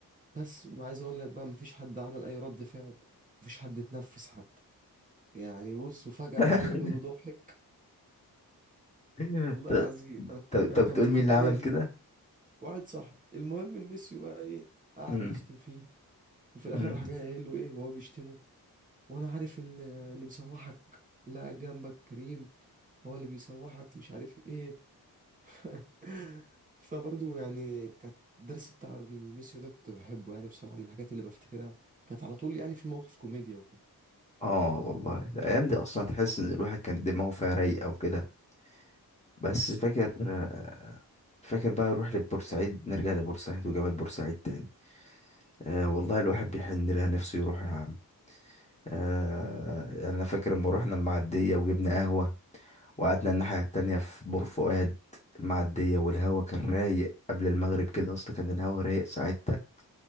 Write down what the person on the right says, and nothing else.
بس وعايز أقول لك بقى مفيش حد عمل أي رد فعل مفيش حد اتنفس حتى يعني بص وفجأة
راح جاي كله ضاحك
والله
العظيم انا
انا
كان
في
خيالي
ان
واحد صاحبي المهم إن ميسيو بقى ايه قعد
يشتم فيه وفي الاخر
راح جاي قايل له ايه وهو بيشتمه وانا عارف ال- اللي مسوحك اللي قاعد جنبك كريم هو اللي بيسوحك مش عارف ايه <laughs> فبرضه يعني كانت الدرس بتاع الميسيو ده كنت بحبه يعني بصراحة من الحاجات اللي بفتكرها كانت على طول يعني في مواقف كوميديا وكده
حصل